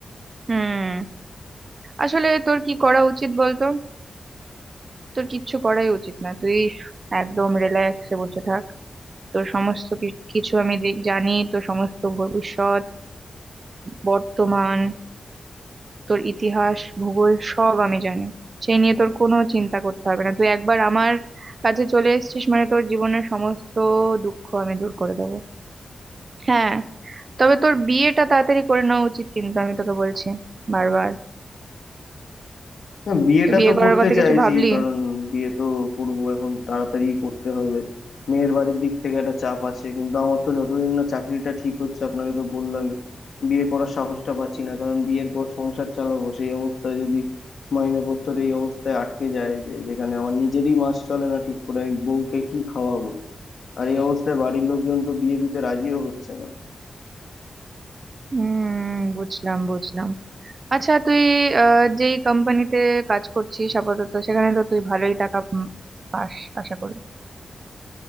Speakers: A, on the right; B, on the left.
A: হুম আসলে তোর কি করা উচিত বলতো তোর কিচ্ছু করাই উচিত না তুই একদম রিল্যাক্সে বসে থাক তো সমস্ত কি- কিছু আমি দেখ- জানি তো সমস্ত ভবিষ্যৎ বর্তমান তোর ইতিহাস ভূগোল সব আমি জানি সেই নিয়ে তোর কোনো চিন্তা করতে হবে না তুই একবার আমার কাছে চলে এসেছিস মানে তোর জীবনের সমস্ত দুঃখ আমি দূর করে দেবো হ্যাঁ তবে তোর বিয়েটা তাড়াতাড়ি করে নেওয়া উচিত কিন্তু আমি তোকে বলছি বারবার
B: না বিয়েটা
A: তুই বিয়ে
B: তো
A: করার
B: করতে
A: কথা
B: চাইছি
A: কিছু ভাবলি
B: কারণ বিয়ে তো করব এখন তাড়াতাড়ি করতে হবে মেয়ের বাড়ির দিক থেকে একটা চাপ আছে কিন্তু আমার তো যতদিন না চাকরিটা ঠিক হচ্ছে আপনাকে তো বললামই বিয়ে করার সাহসটা পাচ্ছি না কারণ বিয়ের পর সংসার চালাবো সেই অবস্থায় যদি মাইনেপত্র এই অবস্থায় আটকে যায় যে যেখানে আমার নিজেরই মাস চলে না ঠিক করে আমি বউকে কি খাওয়াবো আর এই অবস্থায় বাড়ির লোকজন তো বিয়ে দিতে রাজিও হচ্ছে না
A: হুম বুঝলাম বুঝলাম আচ্ছা তুই আহ, যেই কোম্পানিতে কাজ করছিস আপাতত সেখানে তো তুই ভালোই টাকা উম, পাস আশা করি